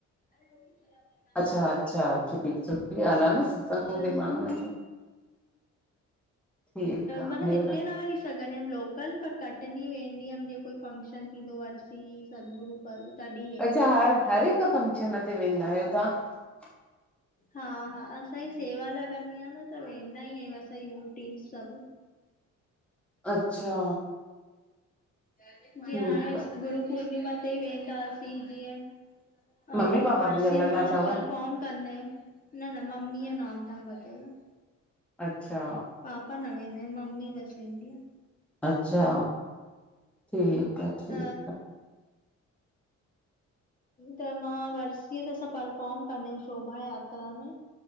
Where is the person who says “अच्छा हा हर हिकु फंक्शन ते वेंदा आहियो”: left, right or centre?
Centre